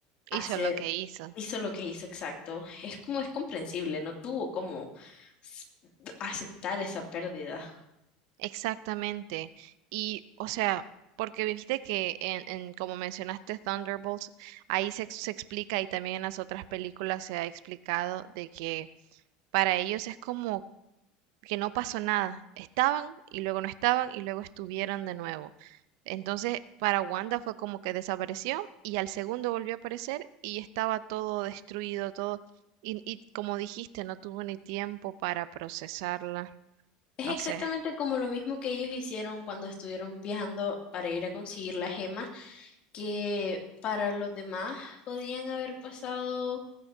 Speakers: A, on the right; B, on the left.
A: Hizo
B: hace,
A: lo que hizo.
B: hizo lo que hizo, exacto, es como es comprensible, no tuvo como s- aceptar esa pérdida.
A: Exactamente. Y, o sea, porque viste que en, en como mencionaste Thunderbolts, ahí se, ex- se explica y también en las otras películas se ha explicado de que para ellos es como que no pasó nada. Estaban y luego no estaban y luego estuvieron de nuevo. Entonces, para Wanda fue como que desapareció y al segundo volvió a aparecer y estaba todo destruido, todo. Y, y como dijiste, no tuvo ni tiempo para procesarla.
B: Es
A: No
B: exactamente
A: sé.
B: como lo mismo que ellos hicieron cuando estuvieron viajando para ir a conseguir la gema, que para los demás podían haber pasado